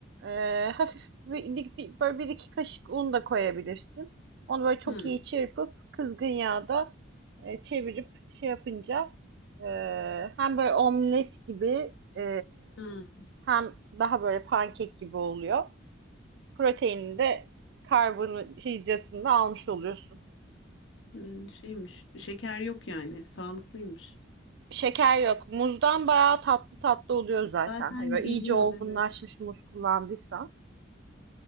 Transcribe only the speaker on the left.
Hmm,
hmm.
Hmm, Şeymiş. Şeker yok yani. Sağlıklıymış.
Zaten
geliyor
evet.